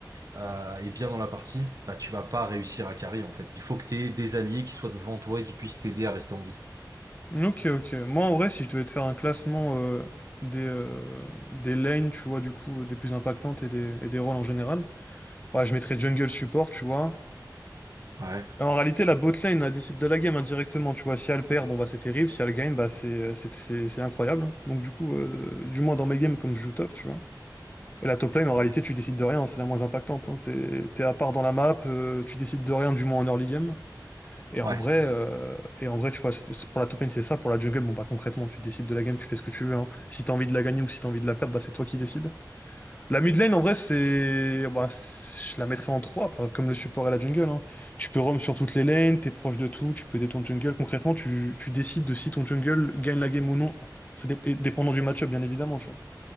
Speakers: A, on the right (about 50°); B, on the left (about 20°).
A: euh, et bien dans la partie, bah tu vas pas réussir à carry en fait. Il faut que t'aies des alliés qui soient devant toi et qui puissent t'aider à rester en vie.
B: Ok, ok. Moi, en vrai, si je devais te faire un classement euh, des, euh, des lanes, tu vois, du coup, euh, des plus impactantes et des, et des rôles en général, ouais, je mettrais jungle support, tu vois.
A: Ouais,
B: Et en réalité, la bot lane, elle décide de la game indirectement, tu vois. Si elle perd, bon, bah, c'est terrible. Si elle gagne, bah, c'est, euh, c'est, c'est- c'est incroyable. hein. Donc, du coup, euh, du moins dans mes games, comme je joue top, tu vois. Et la top lane, en réalité,
A: ouais,
B: tu décides de rien, c'est la moins impactante. hein. T'es, t'es à part dans la map, euh, tu décides de rien, du moins en early game. Et en
A: ouais.
B: vrai, euh, et en vrai, tu vois, c'est- c'est- pour la top lane, c'est ça. Pour la jungle, bon, bah concrètement, tu décides de la game, tu fais ce que tu veux. hein. Si t'as envie de la gagner ou si t'as envie de la perdre, bah c'est toi qui décides. La mid lane, en vrai, c'est. Bah, c'est- je la mettrais en 3, comme le support et la jungle. hein. Tu peux roam sur toutes les lanes, t'es proche de tout, tu peux aider ton jungle. Concrètement, tu, tu décides de si ton jungle gagne la game ou non. Ça dé- et dépendant du match-up, bien évidemment, tu vois.